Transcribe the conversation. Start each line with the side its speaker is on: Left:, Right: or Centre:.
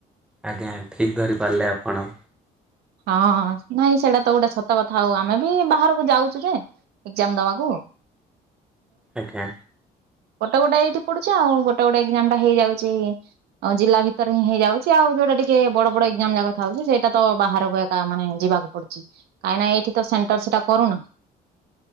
Centre: ଆଜ୍ଞା ଠିକ୍ ଧରି ପାରିଲେ ଆପଣ।
Right: ହଁ ନାଇଁ ସେଇଟା ତ ଗୋଟେ ସତ କଥା ଆଉ ଆମେ ବି ବାହାରକୁ ଯାଉଚୁ ଯେ ଏକଜାମ ଦବାକୁ। ହ।
Centre: ଆଜ୍ଞା।
Right: ଗୋଟେ ଗୋଟେ ଏଇଠି ପଡୁଚି। ଆଉ ଗୋଟେ ଗୋଟେ ଏଜାମ ଟା ହେଇଯାଉଚି ଜିଲ୍ଲା ଭିତରେ ହିଁ ହେଇଯାଉଛି ଆଉ। ଯୋଉଟା ଟିକେ ବଡ ବଡ ଏଗଜାମ ଯାଗା ଥାଉଚି। ସେଇଟା ତ ବାହାରକୁ ମାନେ ଯିବାକୁ ପଡୁଚି। କାହଁକି ନା ଏଇଠି ତ ସ ସେନଟର ସେଟା କରୁନା।